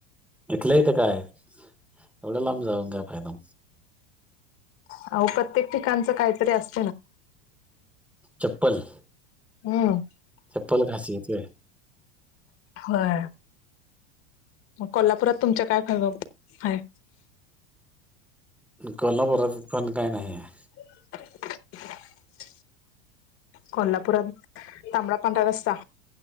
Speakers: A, in the centre; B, on the left.
A: इथल्या इथं काय हाय एवढं लांब जाऊन काय फायदा?
B: अहो प्रत्येक ठिकाणचं काहीतरी अस
A: चप्पल
B: हम्म.
A: चप्पल खासियत होय?
B: होय मग कोल्हापुरात तुमच्या काय हाय?
A: आणि कोल्हापूरात पण काय नाही आहे <unintelligible>
B: <unintelligible> <inaudible> कोल्हापुरात तांबडा पांढरा रस्सा-